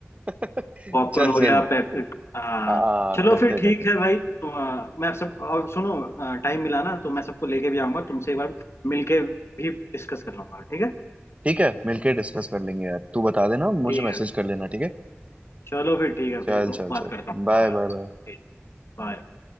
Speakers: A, on the right; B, on the left.
A: <laughs>
B: पॉपकॉर्न
A: चल
B: हो
A: चल
B: गया पेप हाँ
A: आ, आ,
B: चलो
A: करते
B: फिर ठीक
A: करते
B: है भाई तो आ, मैं सब और सुनो टाइम मिला ना तो मैं सबको लेके भी आऊंगा तुमसे एक बार मिलके भी डिस्कस कर लूंगा ठीक है
A: ठीक है मिलके डिस्कस कर लेंगे यार तू बता देना मुझे
B: ठीक
A: मैसेज
B: है
A: कर लेना ठीक है
B: चलो फिर ठीक है
A: चल
B: फिर
A: चल
B: बात
A: चल
B: करता हूँ
A: Bye
B: आराम
A: bye bye
B: से ठीक, bye.